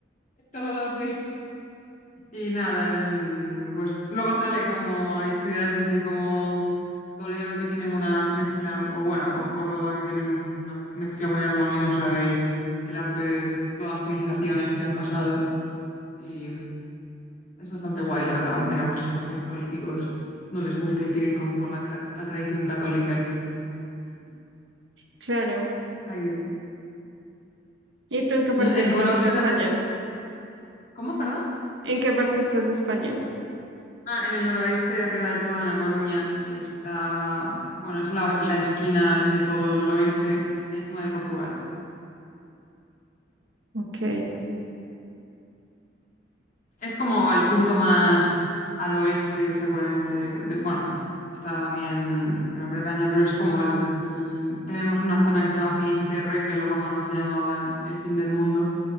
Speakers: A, on the left; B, on the right.
A: todo sí. Y nada, el- pues luego sale como hay ciudades así como Toledo que tienen una mezcla, o bueno, o Córdoba que tienen una mezcla muy armoniosa de el arte de todas las civilizaciones que han pasado. Y es bastante guay, la verdad, aunque a muchos partidos políticos no les guste y tiren como por la, cra- la tradición católica y tal.
B: claro.
A: Ay, de-
B: ¿Y tú en qué parte
A: en
B: estás
A: Colombia
B: de España?
A: también. ¿Cómo, perdón?
B: ¿En qué parte estás de España?
A: Ah, en el noroeste, arriba de todo, en La Coruña, está, bueno, es la, la esquina de todo noroeste, encima de Portugal.
B: Ok,
A: Es como el punto más al oeste, seguramente. de- bueno, está también Gran Bretaña, pero es como el, el- Tenemos una zona que se llama Finisterre, que los romanos le llamaban el fin del mundo,